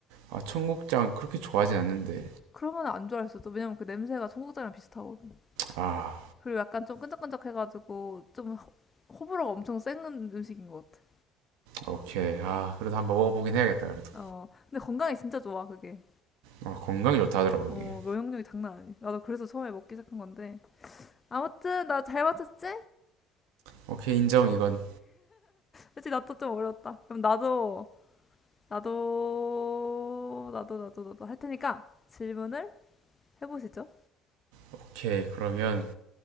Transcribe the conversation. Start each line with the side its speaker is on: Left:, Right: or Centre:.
Right: 아 청국장 그렇게 좋아하진 않는데
Left: 그러면 안 좋아할 수도. 왜냐면 그 냄새가 청국장이랑 비슷하거든.
Right: 아
Left: 그리고 약간 좀 끈적끈적해가지고 좀 호, 호불호가 엄청 센 음식인 것 같아.
Right: 오케이 아 그래도 한번 먹어보긴 해야겠다 그래도
Left: 어, 근데 건강에 진짜 좋아, 그게.
Right: 아, 건강에 좋다 하더라고
Left: 어,
Right: 이게
Left: 면역력이 장난 아니. 나도 그래서 처음에 먹기 시작한 건데. 아무튼, 나 잘 맞췄지?
Right: 오케이 인정 이건
Left: 그치, 나도 좀 어려웠다. 그럼 나도, 나도, 나도, 나도, 나도 할 테니까 질문을 해보시죠.
Right: 오케이 그러면